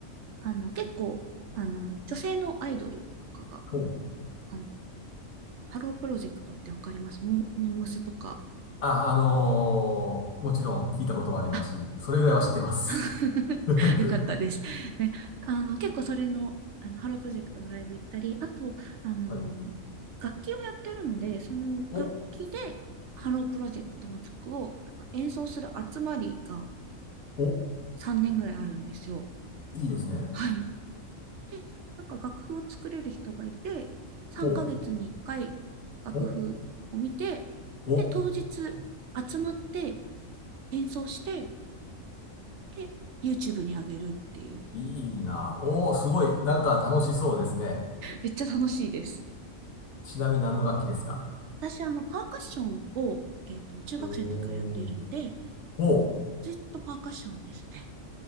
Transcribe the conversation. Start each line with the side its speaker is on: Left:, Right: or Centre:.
Right: あ、あの結構、あの、女性のアイドルとかが、
Left: お、
Right: あの、ハロープロジェクトってわかりますモー、モームスとか、
Left: あ、あのーもちろん聞いたこともありますし、
Right: あ
Left: それぐらいは知ってます。
Right: <laughs> よかったです。
Left: <laughs>
Right: ね、あの、結構それの、あの、ハロープロジェクトのライブ行ったり、あと、あの、
Left: はい。
Right: 楽器をやってるので、その楽器でハロープロジェクトの曲をなんか演奏する集まりが
Left: お、お、
Right: 3年ぐらいあるんですよ。
Left: いいですね。
Right: はい。で、なんか楽譜を作れる人がいて、3ヶ月に1回楽譜を見て、
Left: ほう。お、お、
Right: で、当日集まって演奏して、で、YouTube に上げるっていう
Left: いいな。おー、すごい。なんか楽しそうですね。
Right: めっちゃ楽しいです。
Left: ちなみに何の楽器ですか
Right: 私、あの、パーカッションを、えっと、中学生の時からやっているので、
Left: おー。ほう。
Right: ずっとパーカッションですね。